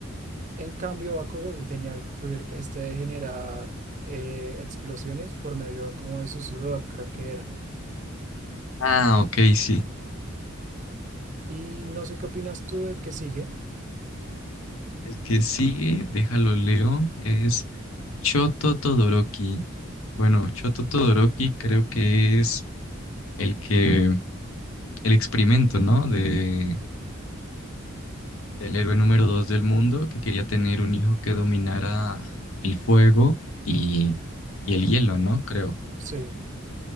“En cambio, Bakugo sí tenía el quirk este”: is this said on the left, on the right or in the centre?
Right